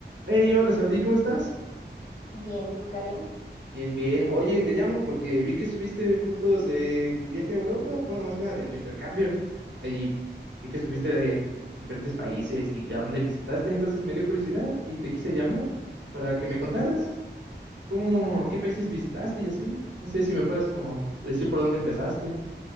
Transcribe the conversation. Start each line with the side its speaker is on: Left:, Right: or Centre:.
Right: Hey, hola Sabri, ¿cómo estás?
Left: Bien, ¿y tú, Karim?
Right: Bien, bien. Oye, te llamo porque vi que subiste fotos de tu viaje a Europa, bueno, más que nada de tu intercambio. Y pues, vi que subiste de diferentes países y a dónde visitaste, entonces me dio curiosidad y te quise llamar para que me contaras cómo,
Left: Va.
Right: qué países visitaste y así. No sé si me puedes como decir por dónde empezaste.